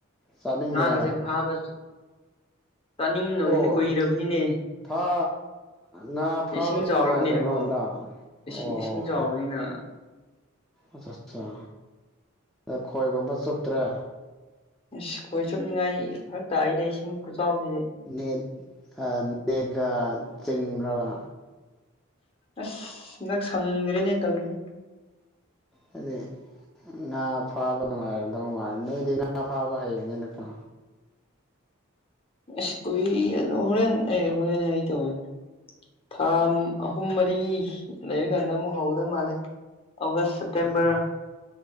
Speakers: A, in the centre; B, on the left.
A: ꯆꯥꯅꯤꯡꯗꯦ
B: ꯉꯥꯒꯁꯦ
A: ꯍꯥꯏꯔꯣ
B: ꯐꯥꯕ ꯆꯥꯅꯤꯡꯉꯕꯅꯤꯅꯦ
A: ꯑꯣ
B: ꯀꯨꯏꯔꯕꯅꯤꯅꯦ
A: ꯐꯥ ꯉꯥ ꯐꯥꯕ
B: ꯏꯁꯤꯡ ꯆꯥꯎꯔꯕꯅꯤꯅꯀꯣ
A: ꯅꯨꯡꯉꯥꯏꯇꯕ꯭ꯔꯣ ꯍꯟꯗꯛ
B: ꯏꯁꯤꯡ
A: ꯑꯣ
B: ꯏꯁꯤꯡ ꯆꯥꯎꯕꯅꯤꯅ
A: ꯑꯆꯠ ꯆꯥ ꯑ ꯈꯣꯏꯒꯨꯝꯕ ꯆꯨꯞꯇ꯭ꯔꯦ
B: ꯏꯁ ꯈꯣꯏ ꯆꯨꯞꯅꯤꯡꯉꯥꯏ ꯐꯔꯛ ꯇꯥꯢꯗ ꯏꯁꯤꯡ ꯈꯨꯆꯥꯎꯖꯤꯗꯤ
A: ꯅꯠ ꯑ ꯅꯦꯛꯒ ꯆꯤꯡꯕ꯭ꯔꯕ
B: ꯑꯁ ꯍꯟꯗꯛ ꯁꯪꯗ꯭ꯔꯤꯅꯦ ꯇꯧꯏꯖꯦ
A: ꯍꯥꯏꯗꯤ ꯉꯥ ꯐꯥꯕ ꯅꯨꯡꯉꯥꯏꯔꯝꯗꯧ ꯃꯥꯜꯂꯤ ꯅꯣꯏꯗꯤ ꯉꯥ ꯐꯥꯕ ꯍꯩꯕꯅꯤꯅ ꯀꯣ
B: ꯑꯁ ꯀꯨꯏꯔꯦꯗ ꯑꯗꯣ ꯍꯣꯔꯦꯟ ꯑꯦ ꯍꯣꯔꯦꯟ ꯍꯥꯏꯒꯦ ꯇꯧꯋꯦ ꯊꯥ ꯑꯍꯨꯝ ꯃꯔꯤ ꯂꯩꯔꯀꯥꯟꯗ ꯑꯃꯨꯛ ꯍꯧꯒꯗꯕ ꯃꯥꯜꯂꯦ ꯑꯣꯒꯁ ꯁꯦꯞꯇꯦꯝꯕꯔ
A: ꯎꯝ